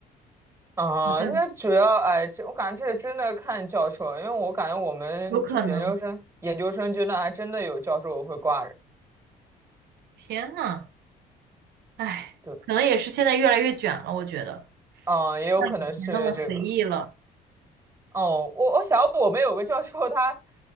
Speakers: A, on the right (about 15°); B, on the right (about 75°).
A: <laughs> 啊。
B: 好像
A: 那主要哎，这我感觉这真的看教授，因为我感觉我们就是研究生研究生阶段还真的有教授会挂人，
B: 有可能。天呐，唉，
A: 对，
B: 可能也是现在越来越卷了，我觉得
A: 嗯，也有可能是因为这个。
B: 像以前那么随意了，
A: 哦，我我想我们有个教授他